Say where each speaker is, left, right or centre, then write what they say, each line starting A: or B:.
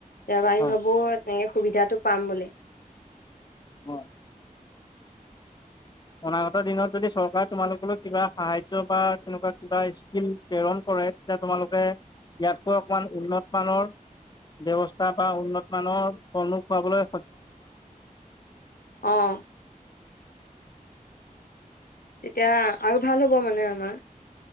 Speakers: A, on the left; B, on the left.
A: এবাৰ আমি
B: হয়
A: ভাৱো, তেনেকে সুবিধাটো পাম বুলি।
B: অঁ। অনাগত দিনত যদি চৰকাৰে তোমালোকলৈ কিবা সাহায্য বা তেনেকুৱা কিবা স্কিম প্ৰেৰণ ক কৰে তেতিয়া তোমালোকে ইয়াতকৈ অকমান উন্নত মানৰ ব্যৱস্থা বা উন্নতমানৰ সন্মুখ পাবলৈ
A: অঁহ। তেতিয়া আৰু ভাল হ'ব মানে আমাৰ।